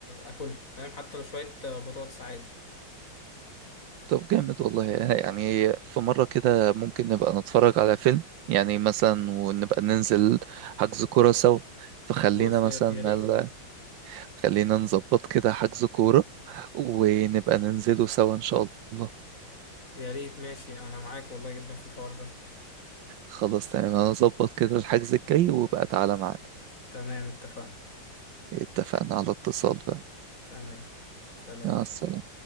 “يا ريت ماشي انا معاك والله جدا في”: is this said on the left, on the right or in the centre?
Left